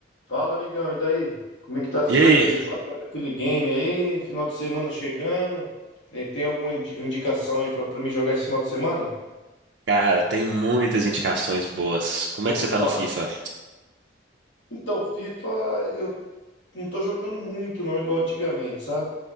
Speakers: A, on the left; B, on the right.
A: Fala, amigão, e daí? Como é que tá as
B: E
A: coisas
B: aí?
A: aí? Bacana aquele game aí, final de semana chegando. Tem, tem alguma indi- indicação aí pra, pra mim jogar esse final de semana?
B: Cara, tem muitas indicações boas. Como
A: Opa!
B: é que você tá no FIFA?
A: Então, FIFA eu não tô jogando muito, não, igual antigamente, sabe?